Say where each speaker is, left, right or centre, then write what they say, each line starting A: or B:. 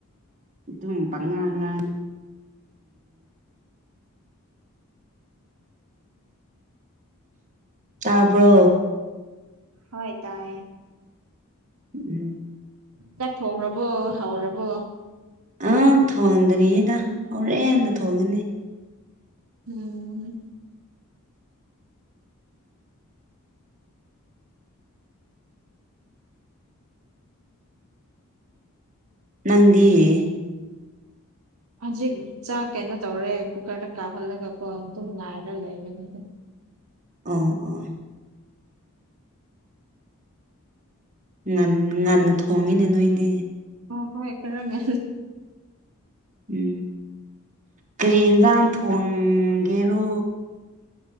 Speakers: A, on the right; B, on the right.
A: ꯑꯗꯨꯝ ꯄꯉꯥꯡꯉꯥꯡ ꯇꯥꯕ꯭ꯔꯣ
B: ꯍꯣꯏ ꯇꯑ
A: ꯎꯝ
B: ꯆꯥꯛ ꯊꯣꯡꯔꯕꯣ ꯍꯥꯎꯔꯕꯣ
A: ꯑꯪ ꯊꯣꯡꯗ꯭ꯔꯤꯗ ꯍꯣꯔꯦꯟꯗ ꯊꯣꯡꯉꯅꯤ
B: ꯎꯝ
A: ꯅꯗꯤꯌꯦ
B: ꯍꯧꯖꯤꯛ ꯆꯥꯛ ꯀꯩꯅꯣ ꯇꯧꯔꯦ ꯀꯨꯀꯔꯗ ꯀꯥꯞꯍꯜꯂꯒ ꯀꯣ ꯑꯗꯨꯝ ꯉꯥꯏꯔ ꯂꯩꯕꯅꯤꯗ
A: ꯑꯣ ꯑꯣ ꯉ ꯉꯟꯅ ꯊꯣꯡꯉꯤꯅꯦ ꯅꯣꯏꯗꯤ
B: ꯑ ꯍꯣꯏ ꯀꯔꯂꯦ
A: ꯎꯝ ꯀꯔꯤ ꯌꯦꯟꯁꯥꯡ ꯊꯣꯡꯒꯦꯔꯣ